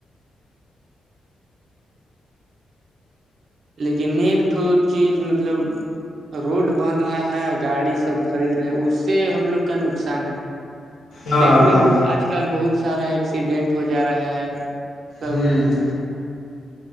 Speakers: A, on the right (about 60°); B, on the left (about 80°).
A: لیکن نیکٹھو چیز مطلب روڈ بن رہا ہے گاڑی سب خرید رہے ہیں اس سے ہم لوگ کا نقصان ہے
B: ہاں
A: دیکھنے
B: ہاں
A: کو آج کل بہت سارا ایکسیڈینٹ ہو جا رہا ہے سب
B: ہوں